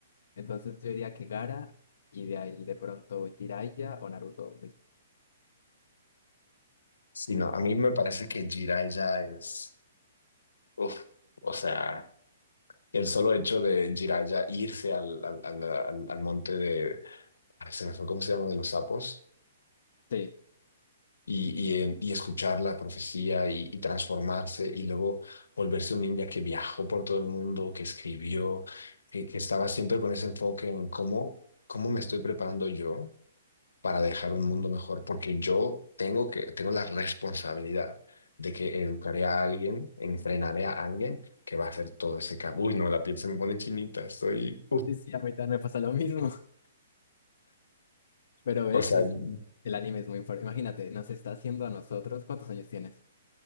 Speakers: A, on the left; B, on the left.
A: Entonces yo diría que Gara y de ahí de pronto Jiraiya o Naruto mismo.
B: Sí, no, a mí me parece que Jiraiya es... Uf, o sea, el solo hecho de Jiraiya irse al, al, al- al- al monte de... ah, Se me fue, ¿cómo se llama? De los sapos.
A: Sí,
B: Y, y, en- y escuchar la profecía y, y transformarse y luego volverse un ninja que viajó por todo el mundo, que escribió, que, que estaba siempre con ese enfoque en cómo, cómo me estoy preparando yo para dejar un mundo mejor, porque yo tengo que, tengo la responsabilidad de que educaré a alguien, entrenaré a alguien que va a hacer todo ese cambio. Uy, no, la piel se me pone chinita, estoy,
A: sí, sí, a mí también me pasa lo mismo. <laughs> Pero ves,
B: o sea,
A: es,
B: y-
A: el anime es muy importante. Imagínate, nos está haciendo a nosotros. ¿Cuántos años tienes?